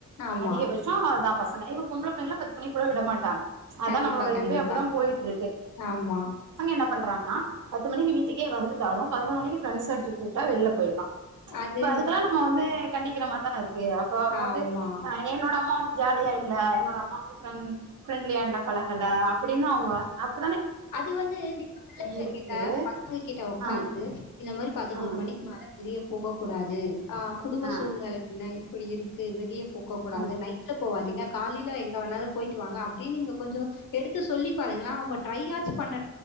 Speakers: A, on the left; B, on the right.
A: ஆமா.
B: அதிகபட்சோ அதா பஸ் ஆனா இப்ப பொம்ளபுள்ளக பத்து மணி கூட விட மாட்டாங்க அதா
A: கண்டிப்பா,
B: நம்மளோட
A: கண்டிப்பா.
B: இதுவே அப்பிடிதா போயிட்டுர்க்கு
A: ஆமா
B: ன்ன பண்றாங்கன்னா பத்து மணி வீட்டுக்கே வந்துட்டாலு பதனோர் மணிக்கி ஃப்ரென்ஸ் அடிச்சி கூப்டா வெளில போய்ரா
A: அது
B: இப்ப அதுக்கெல்லா நம்ம வந்து கண்டிக்கிறமார்தான இருக் க்கு அப்ப அப்ப
A: ஆமா.
B: வந்து அ என்னோட அம்மா வந்து ஜாலியா இல்ல என்னோட அம்மா வந் ஃப்ரெண் ஃப்ரெண்ட்லியாண்ட பழகல அப்பிடின்னு அவங்க அப்
A: அது வந்து நீங்க பிள்ளைங்ககிட்ட
B: இருக்கு
A: பசங்ககிட்ட உக்காந்து
B: ஆ
A: இந்த மாரி பதினோரு
B: ஆ
A: மணிக் மேல வெளிய போக கூடாது ஆ குடும்ப
B: ஆ
A: சூழ்நிலை என்ன இ இப்பிடி இருக்கு வெளிய போகக் கூடாது
B: ஆ
A: நைட்ல போவாதீங்க காலில எங் எங்க வேனாலு போயிட்டு வாங்க அப்டின் நீங்க கொஞ்சோ எடுத்து சொல்லி பாருங்களா அவுங்க ட்ரையாச்சி பண்ண